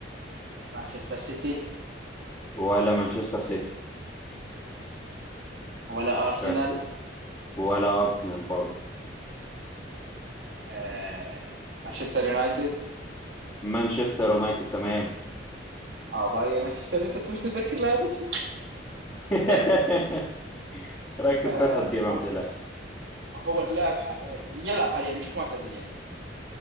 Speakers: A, on the right; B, on the left.
A: مانشستر سيتي
B: ولا مانشستر سيتي
A: ولا ارسنال
B: ركز ولا ارسنال برضه
A: آه مانشستر يونايتد
B: مانشستر يونايتد تمام
A: اه باي مانشستر يونايتد مش متذكر لعبتهم
B: <laughs>
A: طيب
B: ركز
A: آه
B: كويس هتجيبها
A: هو
B: ما تقلقش
A: هو اللاعب ح... آه، يلعب حاليا مش معتزل يعني